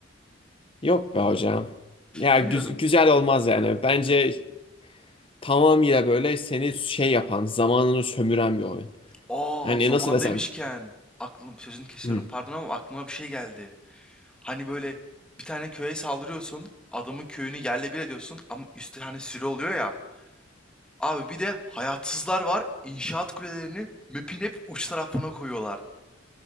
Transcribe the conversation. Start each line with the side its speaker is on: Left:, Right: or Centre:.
Left: Yok be hocam. Ya
Centre: Bilmiyorum.
Left: güz- güzel olmaz yani. Bence tamamıyla böyle seni şey yapan, zamanını sömüren bir oyun.
Centre: Aa,
Left: Hani
Centre: zaman
Left: nasıl desem?
Centre: demişken aklım sözünü kesiyorum
Left: Hmm.
Centre: pardon ama aklıma bir şey geldi. Hani böyle bir tane köye saldırıyorsun, adamın köyünü yerle bir ediyorsun ama üstü hani sürü oluyor ya. Abi bir de hayatsızlar var, inşaat kulelerini map'in hep uç tarafına koyuyorlar.